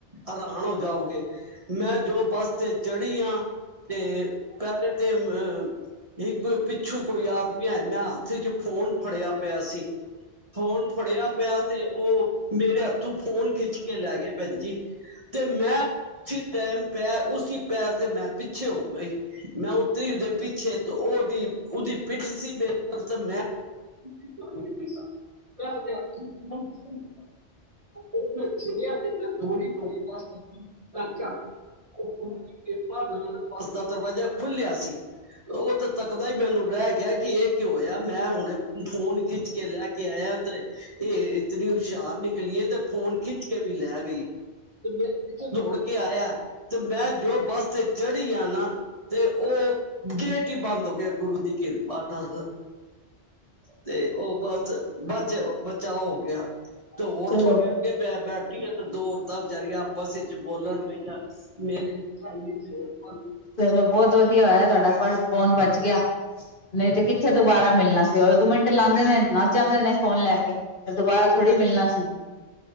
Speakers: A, on the right (about 30°); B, on the left (about 45°).
A: ਹੈਰਾਣ ਹੋ ਜਾਓਗੇ ਮੈਂ ਜੋ ਬੱਸ ਤੇ ਚੜੀ ਆ ਤੇ ਪਹਿਲੇ ਤੇ ਅ ਇੱਕ ਪਿੱਛੂ ਕੋਈ ਆਦਮੀ ਹੈ ਮੈਂ ਹੱਥ ਚ ਫੋਨ ਫੜਿਆ ਪਿਆ ਸੀ <inaudible> ਫੋਨ ਫੜਿਆ ਪਿਆ ਤੇ, ਉਹ ਮੇਰੇ ਹੱਥ ਤੂੰ ਫੋਨ ਖਿੱਚ ਕੇ ਲੈ ਗਿਐ ਭੈਣ ਜੀ ਤੇ ਮੈਂ ਉਸੀ ਟਾਈਮ ਪੈਰ ਉਸਸੀ ਪੈਰ ਤੇ ਮੈਂ ਪਿੱਛੇ ਹੋ ਗਈ ਮੈਂ ਉੱਤਰੀ ਉਹਦੇ ਪਿੱਛੇ ਉਹਦੀ ਉਹਦੀ ਪਿੱਠ ਸੀ ਮੇਰੇ ਤਾਰਫ ਤੇ ਮੈਂ <unintelligible> <unintelligible> <unintelligible> ਤੂੜੀ ਤੂੜੀ ਬਸ <unintelligible> ਗੁਰੂ ਦੀ ਕਿਰਪਾ ਨਾਲ ਬੱਸ ਦਾ ਦਰਵਾਜ਼ਾ ਖੁੱਲਿਆ ਸੀ ਉਹ ਤੇ ਤੱਕਦਾ ਹੀ ਮੈਨੂੰ ਰਹਿ ਗਿਆ ਕਿ ਇਹ ਕਿ ਹੋਇਆ ਮੈਂ ਹੁਣੇ ਫੋਨ ਖਿੱਚ ਕੇ ਲੈ ਕੇ ਕੇ ਆਇਆ ਤੇ ਇਹ ਇਤਨੀ ਹੁਸ਼ਿਆਰ ਨਿਕਲੀਏ ਤੇ ਫੋਨ ਖਿੱਚ ਕੇ ਵੀ ਲੈ ਗਈ ਤੇ ਫੇਰ <unintelligible> ਕੇ ਆਯੈ ਤੇ ਮੈਂ ਜੋ ਬੱਸ ਤੇ ਚੜ੍ਹੀ ਆ ਨਾ ਤੇ ਔ ਗੇਟ ਹੀ ਬੰਦ ਹੋ ਗਿਆ ਗੁਰੂ ਦੀ ਕਿਰਪਾ ਨਾਲ, ਤੇ ਔ ਬੱਸ ਬਾਚ ਬੱਚਾ ਹੋ ਗਿਆ। ਤੇ ਹੋਰ
B: ਚਲੋ
A: ਥੋੜੀ ਅੱਗੇ ਬੈ ਬੈਠੀ ਆ ਤੇ ਦੋ ਔਰਤਾਂ ਵਿਚਾਰੀਆਂ ਆਪਸ ਇਚ ਬੋਲਣ ਪਈਆਂ ਮੇਰੇ ਸਾਈਏ <unintelligible>
B: ਚਲੋ ਬੌਤ ਵਧੀਆ ਹੋਯਾ, ਤੁਹਾਡਾ ਪਰਸ ਫੋਨ ਬਚ ਗਿਆ। ਨਹੀਂ ਤੇ ਕਿੱਥੇ ਦੁਬਾਰਾ ਮਿਲਣ <unintelligible> ਨਾ ਸੀ, ਔ ਇੱਕ ਮਿੰਟ ਲਾਂਦੇ ਨੇ ਨੱਸ ਜਾਂਦੇ ਨੇ ਫੋਨ ਲੈ ਕੇ। ਫੇਲ ਦੁਬਾਰਾ ਥੋੜ੍ਹੀ ਮਿਲਣਾ ਸੀ